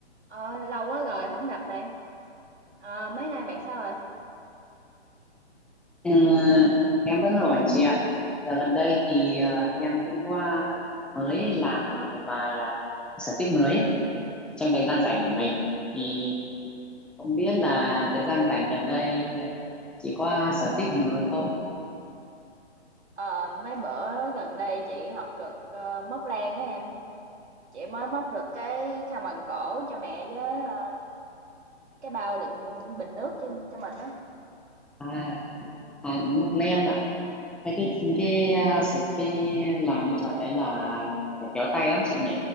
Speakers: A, on the right; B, in the centre.
A: Ờ, lâu quá rồi không gặp bạn. Ờ, mấy nay bạn sao rồi?
B: Ờ, em vẫn ổn chị ạ. Dạo gần đây thì ờ, em cũng qua mới làm ờ, một vài ờ, sở thích mới ấy, trong thời gian rảnh của mình. Thì không biết là thời gian rảnh gần đây hay là chị có sở thích gì mới không?
A: Ờ, mấy bữa gần đây chị học được ờ, móc len á em. Chị mới móc được cái khăn quàng cổ cho mẹ với ờ, cái bao đựng bình nước trên cho mình á.
B: À, à móc len ạ. Cái cái cái ờ, sở cái làm cái trò đấy là phải khéo tay lắm chị nhỉ.